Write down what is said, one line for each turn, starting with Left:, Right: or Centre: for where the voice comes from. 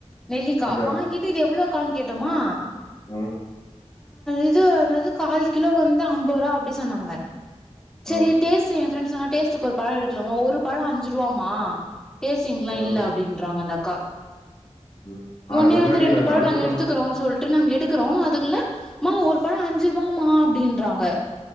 Centre: நெல்லிக்கா
Left: எத
Centre: வாங்கிட்டு இது எவ்ளோ கானு கேட்டோமா
Left: ம்
Centre: இது என்னது கால் கிலோ வந்து அம்பது ரூபா அப்டினு சொன்னாங்க சரி
Left: ம்
Centre: டேஸ்ட் எ ஃபிரண்ட் சொன்னா டேஸ்டுக்கு ஒரு பழோ எடுக்கலாமா ஒரு பழோ அஞ்சு ருவாமா டேஸ்டிங்ல
Left: ம்
Centre: இல்ல அப்டின்றாங்க அந்த அக்கா
Left: ம் அத
Centre: ஒன்னே
Left: தண்டாடி
Centre: வந்து ரெண்டு பழோ
Left: அணக்கூட
Centre: நாங்க எடுத்துக்கறோனு
Left: அணக்கூட
Centre: சொல் ட்டு நாங்க எடுக்குறோ அதுக்குள்ள மா ஒரு பழோ அஞ்சு ருபா மா அப்டின்றாங்க